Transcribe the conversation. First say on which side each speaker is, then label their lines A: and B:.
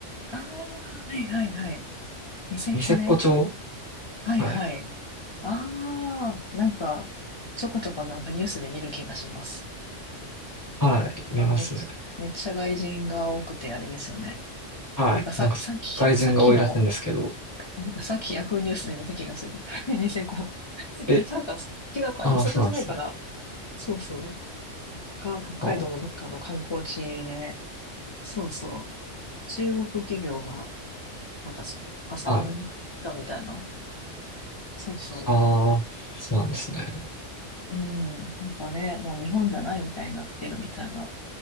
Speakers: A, on the left (about 50°); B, on the left (about 20°).
A: ああ、はいはいはい。ニセコね。
B: ニセコ町
A: はいはい。
B: はい。
A: ああ、なんか、ちょこちょこなんかニュースで見る気がします。
B: はい。見ますね。
A: まあ、めっちゃ、めっちゃ外人が多くてあれですよね。
B: はい。
A: てかさ、
B: なんか、
A: さっき、
B: 外人が多いらしいんですけど。
A: さっきも、なんかさっきヤフーニュースで見た気がする。<laughs> ニセコ。
B: え、
A: え、なんか、違うか、
B: ああ、
A: ニセコじゃないかな。
B: そうなんですね。
A: そうそう。か、北海道のどっかの観光地で、
B: あ、
A: そうそう。中国企業が、なんか、破産したみたいな。
B: はい。
A: そうそう。
B: ああ、そうなんですね。
A: うん、なんかね、もう日本じゃないみたいになってるみたいな